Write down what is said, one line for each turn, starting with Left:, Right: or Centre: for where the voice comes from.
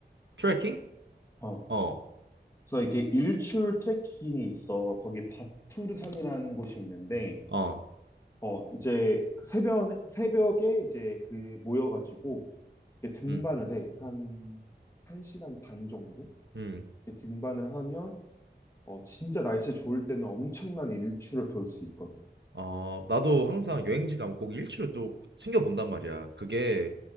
Right: 트레킹?
Left: 어.
Right: 어,
Left: 그래서 이렇게 일출 트레킹이 있어. 거기 바투르산이라는 곳이 있는데,
Right: 어,
Left: 어, 이제 그 새벽, 새벽에 이제 그 모여가지고 이렇게 등반을
Right: 응,
Left: 해. 한, 한 시간 반 정도?
Right: 응.
Left: 이렇게 등반을 하면, 어, 진짜 날씨 좋을 때는 엄청난 일출을 볼 수 있거든.
Right: 어, 나도 항상
Left: 어,
Right: 여행지 가면 꼭 일주를 또 챙겨본단 말이야. 그게